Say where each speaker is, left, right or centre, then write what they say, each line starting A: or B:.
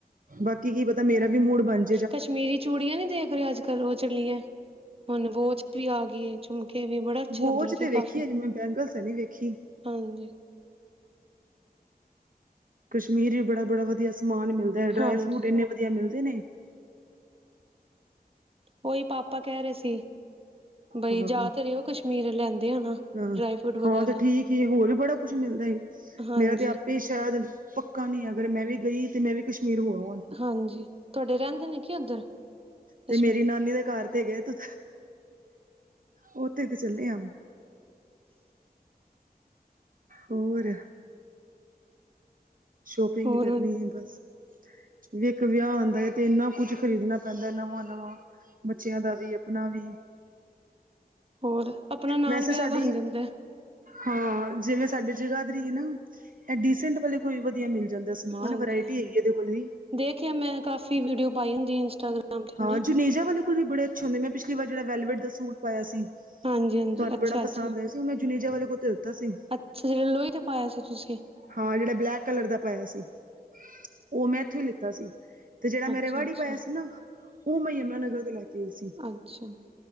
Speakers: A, on the right; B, on the right.
A: ਬਾਕੀ ਕੀ ਪਤਾ ਮੇਰਾ ਵੀ ਮੂਡ ਬਣ ਜਾ,
B: ਕਸ਼ਮੀਰੀ ਚੂੜੀਆਂ ਨੀ ਦੇਖ ਰਹੇ, ਅੱਜ-ਕੱਲ ਉਹ ਚੱਲੀਆਂ ਹੁਣ ਔ ਚ ਵੀ ਆ ਗਈ। ਝੁਮਕੇ ਵੀ ਬੜਾ, ਅੱਛਾ
A: ਵੋ
B: ਉੱਧਰ
A: ਚ ਤੇ
B: ਕਾਫੀ
A: ਵੇਖੀ ਆ ਜਿਵੇਂ ਬੈਂਗਲਸ ਨੀ ਵੇਖੀ।
B: ਹਾਂਜੀ
A: ਕਸ਼ਮੀਰ ਵੀ ਬੜਾ-ਬੜਾ ਵਧੀਆ ਸਮਾਨ ਮਿਲਦਾ। ਤੇ ਡਰਾਈ
B: ਹਾਂਜੀ
A: ਫਰੂਟ ਇੰਨੇ ਵਧੀਆ ਮਿਲਦੇ ਨੇ,
B: ਉਹੀ ਪਾਪਾ ਕਹਿ ਰਹੇ ਸੀ। ਬਾਈ
A: ਹਾਂ
B: ਜ਼ਿਆਤਰ ਇਹ ਉਹ ਕਸ਼ਮੀਰ ਲੈਂਦੇ ਆ ਨਾ
A: ਹਾਂ
B: ਡਰਾਈ ਫਰੂਟ ਵਗੈਰਾ।
A: ਹਾਂ ਤੇ ਠੀਕ ਹੀ ਹੋਰ ਬੜਾ ਕੁਛ ਮਿਲਦਾ ਏ
B: ਹਾਂਜੀ
A: ਮੇਰਾ ਤੇ ਆਪੇ ਵੀ ਸ਼ਾਇਦ ਪੱਕਾ ਨਹੀਂ ਅਗਰ ਮੈਂ ਵੀ ਗਈ ਤਾਂ ਮੈਂ ਵੀ ਕਸ਼ਮੀਰ ਹੋਰੋਂ
B: ਹਾਂਜੀ ਤੁਹਾਡੇ ਰਹਿੰਦੇ ਨੇ ਕੀ ਉੱਧਰ
A: ਤੇ
B: ਕਸ਼ਮੀਰ
A: ਮੇਰੀ ਨਾਨੀ ਦੇ ਘਰ ਤੇ ਗਏ ਤੂੰ ਉਓਥੇ ਤੇ ਚੱਲੇ ਆ ਹੋਰ ਸ਼ੋਪਿੰਗ
B: ਹੋਰ
A: ਹੀ ਕਰਨੀ ਹੈ ਬਸ ਵੀ ਇੱਕ ਵਿਆਹ ਆਉਂਦਾ ਤੇ ਇਨਾ ਕੁਛ ਖਰੀਦਣਾ ਪੈਂਦਾ ਨਵਾਂ ਨਵਾਂ ਬੱਚਿਆਂ ਦਾ ਵੀ ਆਪਨਾ ਵੀ
B: ਹੋਰ ਆਪਨੇ ਨਾਲ
A: ਵੈਸੇ
B: ਵਿਆਹ
A: ਸਾਡੇ
B: ਬਨ ਜਾਂਦੈ
A: ਹਾਂ ਜਿਵੇਂ ਸਾਡੇ ਜਗਾਧਰੀ ਏ ਨਾ ਇਹ ਡੀਸੈਂਟ ਵਾਲੇ ਕੋ ਵਧੀਆ ਮਿਲ ਜਾਂਦਾ ਸਮਾਨ
B: ਹਾਂਜੀ
A: ਵਰਾਇਟੀ ਹੈਗੀ ਇਹਦੇ ਕੋਲ ਵੀ
B: ਦੇਖਿਆ ਮੈਂ ਕਾਫੀ ਵੀਡੀਓ ਪਾਈ ਹੁੰਦੀ ਹੈ ਇੰਸਟਾਗ੍ਰਾਮ ਤੇ
A: ਹਾਂ
B: ਉਹਨੇ
A: ਜੁੇਜਾੇ ਕੋਲ ਵੀ ਬੜੇ ਅੱਛ ਹੁੰ ਮੈਂ ਪਿਛਲੀ ਵਾਰਿਹੜਾ ਵੈਵਰਡ ਦਾੂਟ ਪਾਇਆ ਸੀ,
B: ਹਾਂਜੀ ਹਾਂਜੀ
A: ਤੁਹਾਨੂੰ
B: ਅੱਛਾ
A: ਬੜਾ
B: ਅੱਛਾ
A: ਪਸੰਦ ਆਇਆ ਸੀ ਉਹ ਮੈਂ ਜੁਨੀੇਜਾ ਵਾਲੇ ਕੋਲ ਧਿਲਤਾ ਸੀ।
B: ਅੱਛਾ ਜਿਹੜਾ ਲੋਹੀ ਤੇ ਪਾਇਆ ਸੀ ਤੁਸੀਂ,
A: ਹਾਂ ਜਿਹੜਾ ਬਲੈਕ ਕਲਰ ਦਾ ਪਾਇਆ ਸੀ, ਉਹ ਮੈਂ ਇੱਥੋਂ ਹੀ ਲਿੱਤਾ ਸੀ। ਤੇ ਜਿਹੜਾ ਮੇਰੇ
B: ਅੱਛਾ
A: ਵਾੜੀ
B: ਅੱਛਾ
A: ਪਾਇਆ ਸੀ, ਨਾ ਉਹ ਮੈਂ ਯਮੁਨਾਨਗਰ ਤੋਂ ਲੈ ਕੇ ਆਈ ਸੀ।
B: ਅੱਛਾ